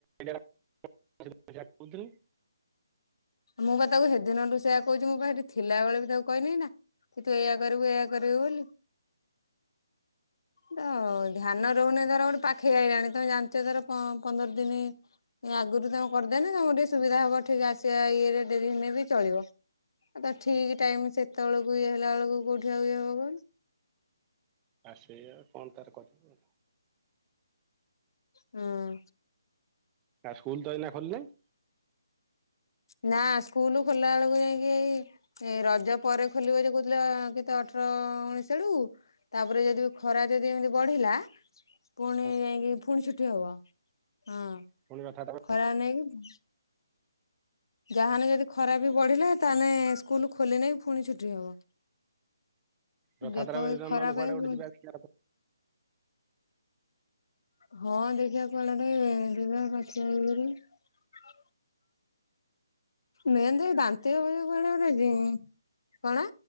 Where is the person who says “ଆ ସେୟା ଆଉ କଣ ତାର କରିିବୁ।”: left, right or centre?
Right